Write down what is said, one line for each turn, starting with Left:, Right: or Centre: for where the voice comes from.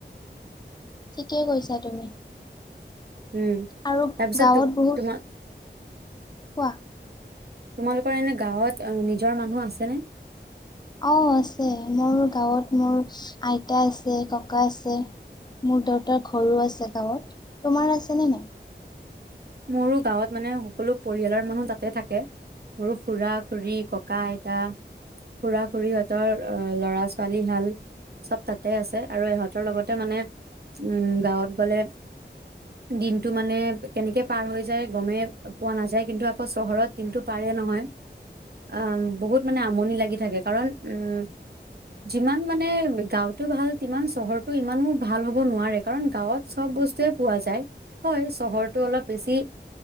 Left: কি কৈছা তুমি?
Right: উম
Left: আৰু
Right: তাৰপিছত
Left: গাঁৱত
Right: ত
Left: বহুত
Right: তোমাক
Left: কোৱা
Right: তোমালোকৰ এনে গাঁৱত নিজৰ মানুহ আছেনে,
Left: অ' আছে মোৰ গাঁৱত মোৰ আইতা আছে ককা আছে মোৰ দেউতাৰ ঘৰো আছে গাঁৱত তোমাৰ আছে নে নাই
Right: মোৰো গাঁৱত মানে সকলো পৰিয়ালৰ মানুহ তাতে থাকে মোৰ খুৰা খুৰী ককা আইতা খুৰা খুৰী সহঁতৰ আহ ল'ৰা ছোৱালী হাল চব তাতে আছে আৰু ইহঁতৰ লগতে মানে উম গাঁৱত গলে দিনটো মানে কেনেকে পাৰ হৈ যায় গমেই পোৱা নাযায় কিন্তু, অ' চহৰত কিন্তু পাৰে নহয় অ' বহুত মানে আমনি লাগি থাকে, কাৰণ উম যিমান মানে গাঁওতো ভাল সিমান চহৰটো ইমানো ভাল হ'ব নোৱাৰে। কাৰণ গাঁৱত চব বস্তুয়ে পোৱা যায়, হয়। চহৰতো অলপ বেছি